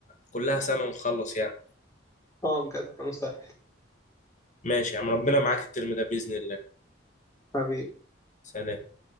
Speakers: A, on the left; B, on the left.
A: كلها سنة ونخلص يعني
B: اه بجد مسهل
A: ماشي يا عم ربنا معاك الترم ده بإذن الله
B: حبيبي
A: سلام